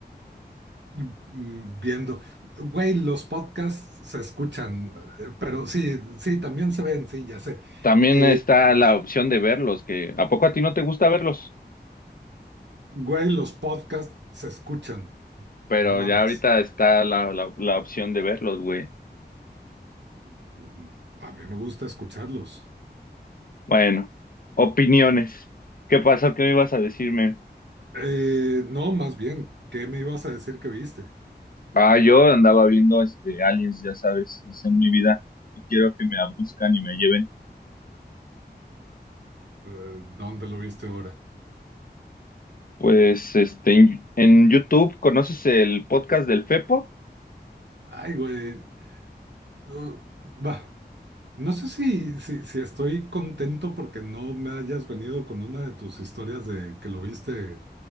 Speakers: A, on the right (about 80°); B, on the left (about 55°).
A: mm, mm, viendo, güey, los podcasts se escuchan, eh, pero sí, sí, también se ven, sí, ya sé.
B: También
A: Eh,
B: está la opción de verlos, que ¿a poco a ti no te gusta verlos?
A: güey, los podcasts se escuchan,
B: Pero
A: no mames.
B: ya ahorita está la, la, la opción de verlos, güey.
A: Ujú. A mí me gusta escucharlos.
B: Bueno, opiniones. ¿Qué pasó? ¿Qué me ibas a decirme?
A: Eh, no, más bien, ¿qué me ibas a decir que viste?
B: Ah, yo andaba viendo este Aliens, ya sabes, es en mi vida. Y quiero que me abduzcan y me lleven.
A: Eh, ¿dónde lo viste ahora?
B: Pues este en, en YouTube conoces el podcast del Fepo,
A: Ay, güey, No, va, no sé si, si, si estoy contento porque no me hayas venido con una de tus historias de que lo viste